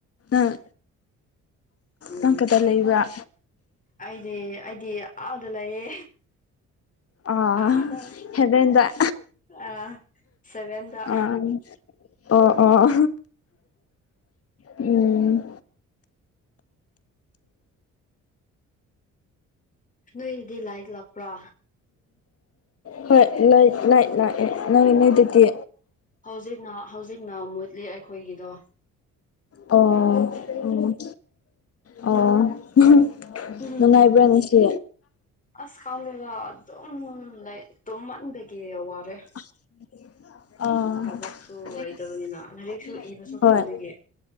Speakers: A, on the left; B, on the left.
A: ꯑꯥ
B: ꯎꯝ
A: ꯅꯪ ꯀꯗꯥ ꯂꯩꯕ꯭ꯔꯥ
B: ꯑꯩꯗꯤ ꯑꯩꯗꯤ ꯑꯥꯗ ꯂꯩꯌꯦ
A: ꯑꯥ
B: ꯑꯗ
A: ꯍꯦꯕꯦꯟꯗ
B: ꯑ ꯁꯕꯦꯟꯗ
A: ꯑꯥ ꯑꯣ ꯑꯣ ꯎꯝ
B: ꯅꯣꯏꯗꯤ ꯂꯥꯏꯠ ꯂꯥꯛꯄ꯭ꯔꯥ
A: ꯍꯣꯏ ꯂꯥꯏꯠ ꯂꯥꯏꯠ ꯂꯥꯛꯑꯦ ꯅꯪꯢꯗꯗꯤ
B: ꯍꯧꯖꯤꯛꯅ ꯍꯧꯖꯤꯛꯅ ꯃꯨꯠꯂꯤ ꯑꯩꯈꯣꯏꯒꯤꯗꯣ
A: ꯑꯣ
B: ꯂꯥꯏꯠ ꯂꯥꯛꯇ꯭ꯔꯦ
A: ꯑꯣ ꯑꯣ <unintelligible>
B: ꯎꯝ
A: ꯅꯨꯡꯉꯥꯏꯕ꯭ꯔꯥ ꯉꯁꯤ
B: ꯑꯁ ꯈꯪꯗꯦꯗ ꯑꯗꯨꯝ ꯂꯩꯥ ꯇꯨꯝꯃꯥꯟꯕꯒꯤ ꯋꯥꯔꯦ
A: <inaudible> ꯑꯥ
B: ꯊꯕꯛꯁꯨ
A: ꯅꯦꯛꯁ
B: ꯂꯩꯇꯕꯅꯤꯅ ꯂꯥꯏꯔꯤꯛꯁꯨ ꯏꯕꯁꯨ
A: ꯍꯣꯏ
B: ꯇꯥꯟꯕꯒꯤ